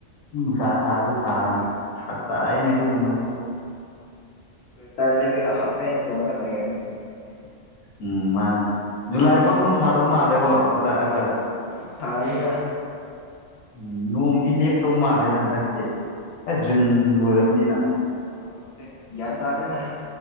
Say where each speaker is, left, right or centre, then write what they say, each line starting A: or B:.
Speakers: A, on the left; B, on the left.
A: ꯅꯨꯡꯁꯥ ꯁꯥꯔꯁꯨ ꯁꯥꯅꯤ ꯐꯔꯛ ꯇꯥꯢꯅꯦ ꯑꯗꯨ ꯀꯨꯝꯕꯗꯤ
B: ꯁ꯭ꯋꯦꯇꯔ ꯔꯤꯠꯔꯒ ꯍꯥꯐꯦꯟ ꯇꯣꯟꯉꯒ ꯂꯩꯌꯣꯅꯦ꯫
A: ꯎꯝ ꯃꯥꯅꯦ ꯖꯨꯂꯥꯏ ꯐꯥꯎ ꯑꯗꯨꯝ ꯁꯥꯗꯧ ꯃꯥꯜꯂꯦꯀꯣ꯫ ꯖꯨꯂꯥꯏ
B: ꯍꯣꯏ
A: ꯑꯥꯒꯁ
B: ꯑꯗꯨꯝ ꯁꯥꯔꯅꯤꯗ꯫
A: ꯎꯝ ꯅꯣꯡꯗꯤ ꯂꯦꯞꯇꯧ ꯃꯥꯜꯂꯦꯗ ꯍꯟꯗꯛꯇꯤ ꯑꯦꯁ ꯖꯨꯟ ꯂꯣꯏꯔꯝꯅꯤꯅ꯫
B: ꯅꯣꯡꯁꯦ ꯒ꯭ꯌꯥꯟ ꯇꯥꯗꯦꯅꯦ